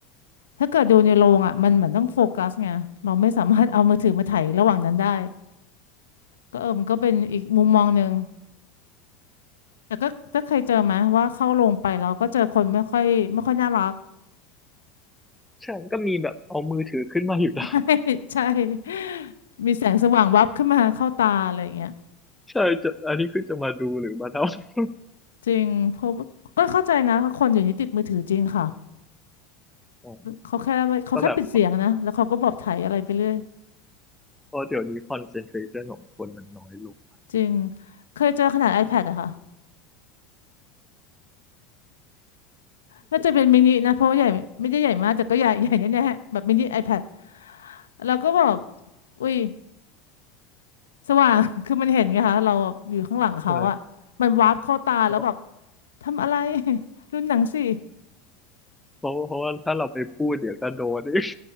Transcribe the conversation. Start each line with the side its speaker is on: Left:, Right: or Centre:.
Left: ถ้าเกิดดูในโรงอะมันเหมือนต้องโฟกัสไงเราไม่สามารถเอามือถือมาถ่ายระหว่างนั้นได้ก็เออมันก็เป็นอีกมุมมองหนึ่งแต่ก็ถ้าเคยเจอไหมว่าเข้าโรงไปเราก็เจอคนไม่ค่อยไม่ค่อยน่ารัก
Centre: ใช่ก็มีแบบเอามือถือขึ้นมาอยู่ได้
Left: <laughs> ใช่ <laughs> มีแสงสว่างวับขึ้นมาเข้าตาอะไรอย่างเงี้ย
Centre: <laughs> ใช่จะอันนี้คือจะมาดูหรือมาเท่า <laughs>
Left: จริงเพราะว่าก็เข้าใจนะคนอยู่นี้ติดมือถือจริงค่ะ
Centre: อ๋อ
Left: เขาแค่ไม่เขาแค่ปิดเสียงนะแล้วเขาก็บอกถ่ายอะไรไปเรื่อย
Centre: ก็แบบเพราะเดี๋ยวนี้คอนเซนเทรชันของคนมันน้อยลง
Left: จริงเคยเจอขนาด iPad อะค่ะน่าจะเป็นมินินะเพราะว่าใหญ่ไม่ได้ใหญ่มากแต่ก็ใหญ่ใหญ่แน่ๆแบบมินิ iPad แล้วก็แบอกอุ้ยสว่าง <laughs> คือมันเห็นไงคะเราอยู่ข้างหลังเขาอะมันวาร์ปเข้าตาแล้วแบบ
Centre: ใช่ไหมเพราะ
Left: ทำอะไร <laughs> รุ่นหนังสิ
Centre: เพราะเพราะว่าถ้าเราไปพูดเดี๋ยวก็โดนอีก